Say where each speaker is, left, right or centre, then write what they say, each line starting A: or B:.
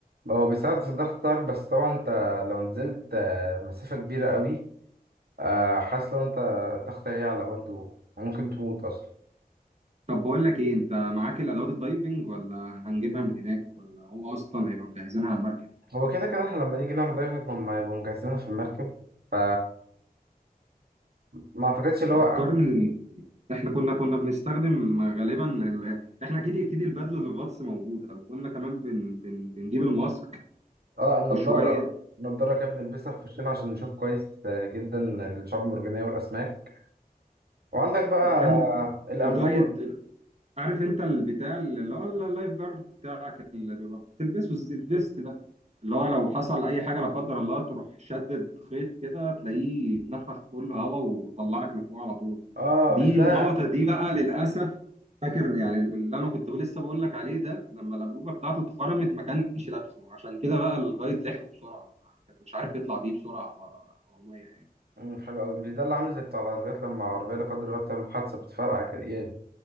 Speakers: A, on the right; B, on the right.
A: هو بيساعد في الضغط بتاعك بس طبعا انت لو نزلت آه، مسافة كبيرة قوي آه، حاسس لو انت الضغط هيعلى برضو ممكن تموت اصلا
B: طب بقول لك ايه انت معاك الادوات الدايفنج ولا هنجيبها من هناك ولا هو اصلا هيبقى مجهزينها على المركب؟
A: هو كده كده احنا لما نيجي نعمل دايفنج هما يبقوا مجهزينها في المركب ف ما اعتقدش اللي هو
B: فكرني احنا كنا كنا بنستخدم غالبا ال... احنا اكيد اكيد البدلة الغطس موجودة وكنا كمان بن... بن... بنجيب الماسك
A: اه النضارة
B: وشوية
A: النضارة كده بنلبسها في وشنا عشان نشوف كويس آه، جدا الشعاب المرجانية والأسماك وعندك بقى
B: وكان
A: الأنبوبة
B: الجايد عارف انت البتاع اللي هو اللايف جارد بتاعك اللي بيبقى بتلبسه الز- الفيست ده اللي هو لو حصل اي حاجه لا قدر الله تروح شدد خيط كده تلاقيه اتنفخ كله هوا وطلعك لفوق على طول
A: اه
B: دي
A: مش ده
B: النقطه دي بقى للاسف فاكر يعني اللي انا كنت لسه بقول لك عليه ده لما الانبوبه بتاعته اتخرمت ما كانش لابسه عشان كده بقى الجايد لحقه بسرعه ما كانش عارف يطلع بيه بسرعه على على الميه يعني
A: مم، حلو أوي مش ده اللي عامل زي بتاع العربيات لما عربية لا قدر الله بتعمل حادثة بتفرقع كده يعني